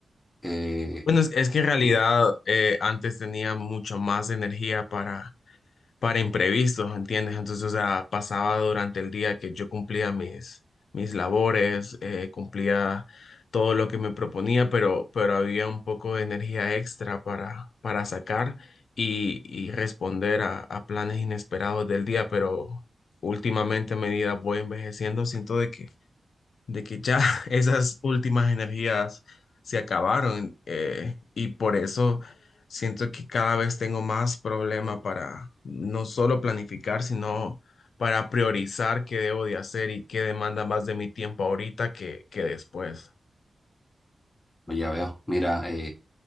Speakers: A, on the left; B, on the left.
A: Eh,
B: Bueno, es, es que en realidad
A: ujú,
B: eh, antes tenía mucho más energía para, para imprevistos, ¿entiendes? Entonces, o sea, pasaba durante el día que yo cumplía mis, mis labores, eh, cumplía todo lo que me proponía, pero, pero había un poco de energía extra para, para sacar y, y responder a, a planes inesperados del día, pero últimamente a medida voy envejeciendo, siento de que de que ya <laughs> esas últimas energías se acabaron eh, y por eso siento que cada vez tengo más problema para no solo planificar, sino para priorizar qué debo de hacer y qué demanda más de mi tiempo ahorita que, que después.
A: pues ya veo, mira, eh,